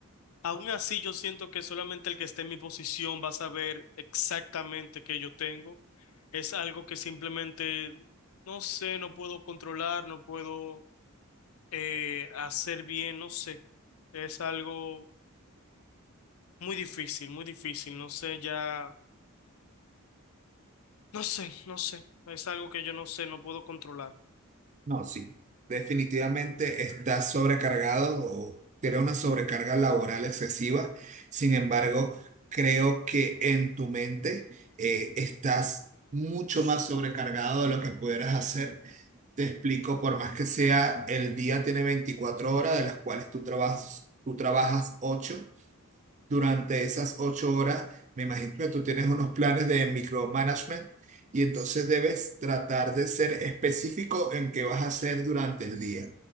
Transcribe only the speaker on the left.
Aún así, yo siento que solamente el que esté en mi posición va a saber exactamente qué yo tengo. Es algo que simplemente, no sé, no puedo controlar, no puedo eh, hacer bien, no sé. Es algo muy difícil, muy difícil, no sé, ya, no sé, no sé. Es algo que yo no sé, no puedo controlar.